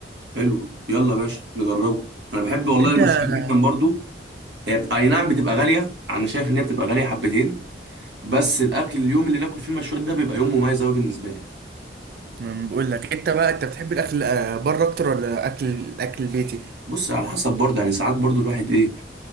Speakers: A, on the right; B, on the right.
A: حلو يلا يا باشا نجربه انا بحب والله
B: انت
A: المشويات
B: أنا
A: جدا برضو هي بت- اي نعم بتبقى غاليه انا شايف ان هي بتبقى غاليه حبتين بس الاكل اليوم اللي ناكل فيه المشويات ده بيبقى يوم مميز قوي بالنسبه لي
B: بقول لك انت بقى انت بتحب الاكل آه، بره اكتر ولا اكل الاكل البيتي
A: بص على حسب برضه يعني ساعات برضه الواحد ايه